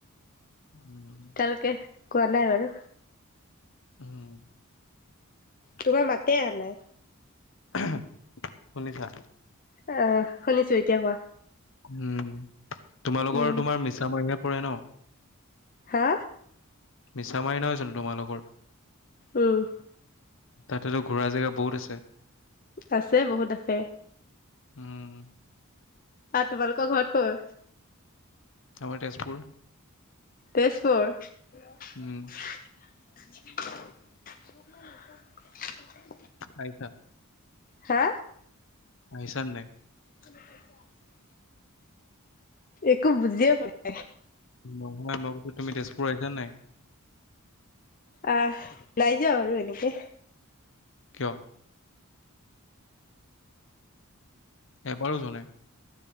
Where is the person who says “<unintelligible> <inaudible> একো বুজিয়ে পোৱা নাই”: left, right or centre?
Left